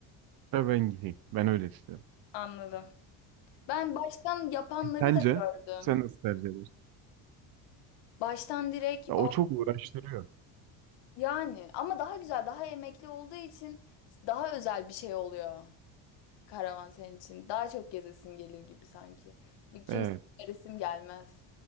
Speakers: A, on the right (about 55°); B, on the left (about 70°).
A: ben gideyim. Ben öyle istiyorum.
B: Anladım. Ben baştan yapanları
A: Sence
B: da gördüm.
A: sen nasıl tercih edersin?
B: Baştan direkt
A: Ya,
B: o
A: o çok uğraştırıyor.
B: yani ama daha güzel, daha emekli olduğu için daha özel bir şey oluyor karavan senin için. Daha çok gezesin gelir gibi sanki. Bir kimseye
A: Evet.
B: resim gelmez.